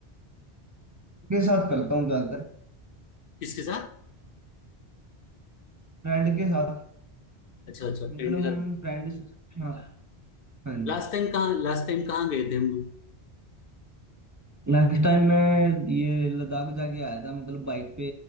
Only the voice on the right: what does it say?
के साथ करता हूँ ज्यादातर
फ्रेंड के साथ
मतलब
हम
फ्रेंड हाँ हाँ जी
लास्ट टाइम मैं ये लद्दाख जाके आया था मतलब बाइक पे